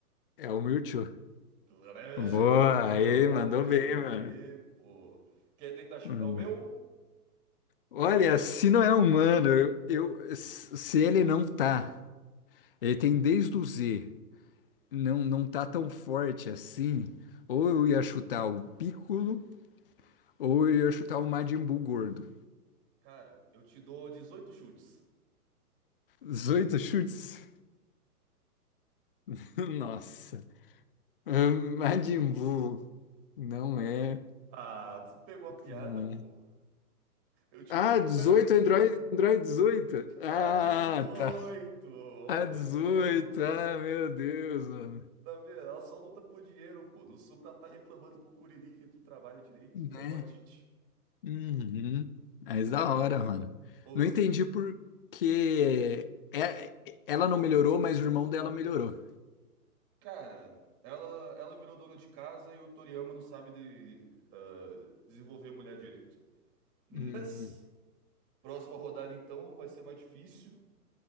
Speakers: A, on the left; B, on the right.
A: É o Mewtwo.
B: Grande
A: Boa,
B: homem
A: aí, mandou bem,
B: aí,
A: mano.
B: pô. Quer tentar chutar
A: Mano.
B: o meu?
A: Olha, se não é humano, eu, eu- se ele não tá, ele tem desde o Z, não, não tá tão forte assim, ou eu ia chutar o Piccolo, ou eu ia chutar o Majin Buu gordo.
B: Cara, eu te dou 18 chutes.
A: 18 chutes? <laughs> Nossa. Ahn, Majin Buu. Não é.
B: Ah, tu pegou a piada,
A: Não
B: pô.
A: é.
B: Eu te
A: Ah,
B: dou
A: 18,
B: o número.
A: Android, Android dezoito, Ah,
B: Ah, 18!
A: tá.
B: Olha
A: Ah, 18.
B: só.
A: Ah, meu Deus, mano.
B: Tá vendo? Ela só luta por dinheiro, pô. No Supra ela tá reclamando com o Curiri que não trabalha direito.
A: Né?
B: Tá igual a Tite.
A: Uhum. Mas da hora, mano.
B: Ou
A: Não
B: esse.
A: entendi por que é- ela não melhorou, mas o irmão dela melhorou.
B: Cara, ela, ela virou dona de casa e o Toriyama não sabe de, ah, desenvolver mulher direito. Mas.
A: Hum.
B: Próxima rodada, então, vai ser mais difícil.